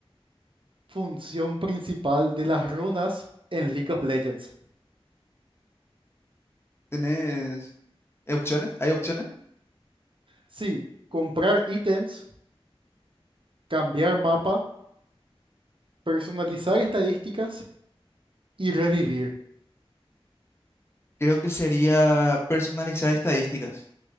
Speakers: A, on the right; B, on the left.
A: función principal de las runas en League of Legends?
B: ¿Tenés eh, opciones? ¿Hay opciones?
A: Sí, comprar ítems, cambiar mapa, personalizar estadísticas y revivir.
B: Creo que sería personalizar estadísticas.